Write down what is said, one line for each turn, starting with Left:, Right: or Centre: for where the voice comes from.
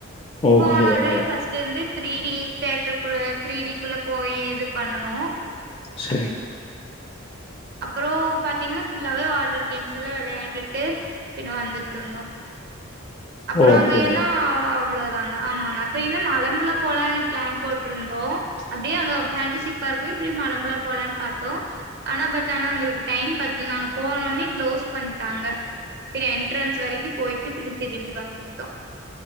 Left: ஓ
Right: போனோடே
Left: கண்டிப்பா வரோம்
Right: ஃபஸ் திருந்து த்ரீ டி தேட்ருக்குள்ள த்ரீ டிக்குள்ள போய் இது பண்ணனு
Left: சரி
Right: அப்புற பாத்தீங்னா ஃபுல்லாவே வாட்டர் கேம்ஸ் எல்லா விளயாண்டுட்டு பின்ன வந்துட்றுந்தோ அப்புற
Left: ஓ
Right: அங்க
Left: அப்படிங்களா
Right: எல்லா அவ்ளோதாங்க ஆமாங்க அப்ப இன்னு மலம்புலா போலானு பிளேன் போட்ருந்தோ அப்டியே அங்க பேண்டசிக் பார்க் போயி இப்டியே மலம்புலா போலான் பாத்தோ ஆனா பட் தேனாதுர் டைம் பத்துல நாங்க போனோன்னே க்ளோஸ் பண்ட்டாங்க பின்ன என்ட்ரன்ஸ் வரிக்கு போயிட்டு பின்ன திரும்பி வந்துட்டோ